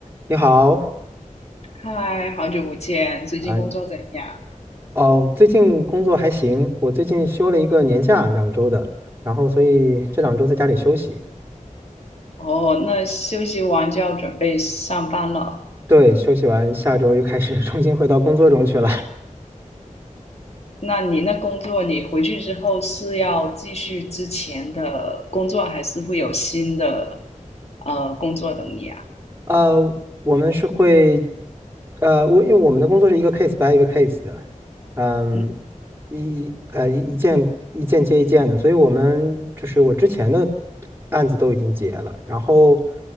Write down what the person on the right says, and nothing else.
你好，
啊，哦，最近工作还行，我最近休了一个年假，两周的，然后所以这两周在家里休息，
对，休息完下周又开始 <laughs> 重新回到工作中去了。
<laughs> 呃，我们是会，呃，我因为我们的工作是一个 case by 一个 case 的，嗯，
一一呃一一件一件接一件的，所以我们就是我之前的案子都已经结了，然后